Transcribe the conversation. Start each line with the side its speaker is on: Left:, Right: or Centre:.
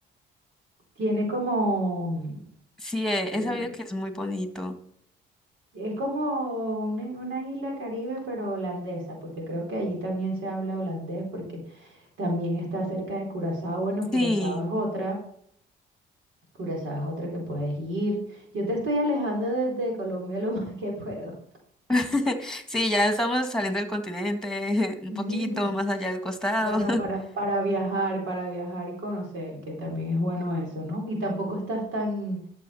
Right: Tiene como, mm,
Centre: Sí, he,
Right: eh,
Centre: he sabido que es muy bonito.
Right: es como una, una isla Caribe, pero holandesa, porque creo que allí también se habla holandés, porque también está cerca de Curazao. Bueno, Curazao
Centre: Sí,
Right: es otra. Curazao es otra que puedes ir. Yo te estoy alejando desde Colombia lo <laughs> más que puedo.
Centre: <laughs> sí, ya estamos saliendo del continente, <laughs> un
Right: <laughs>
Centre: poquito más allá del costado.
Right: Bueno,
Centre: <laughs>
Right: para, para viajar, para viajar y conocer, que también es bueno eso, ¿no? Y tampoco estás tan,